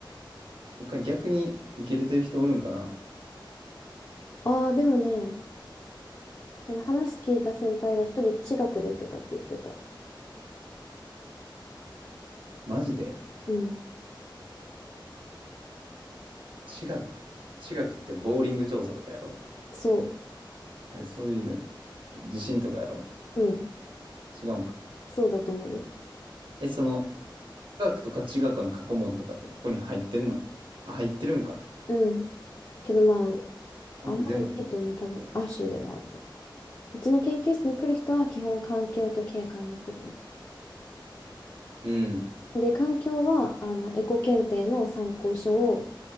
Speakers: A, on the right (about 75°); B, on the left (about 40°).
A: 他逆に受け入れてる人おるんかな
B: ああ、でもね、その話聞いた先輩が一人地学で受けたって言ってた。
A: マジで
B: うん、
A: 地学地学ってボーリング調査とかやろ
B: そ
A: あれ、そういうの、地震とかやろ
B: う。うん
A: 違うんか。
B: そうだと思うよ。
A: え、その、地学とか地学の過去問とかってここに入ってんのあ、入ってるんか。
B: うん。けどまあ、
A: 本って全部。
B: あんまりいないと思う。多分、亜種ではあると。うちの研究室に来る人は基本環境と景観で来るね。
A: うん。
B: で、環境は、あの、エコ検定の参考書を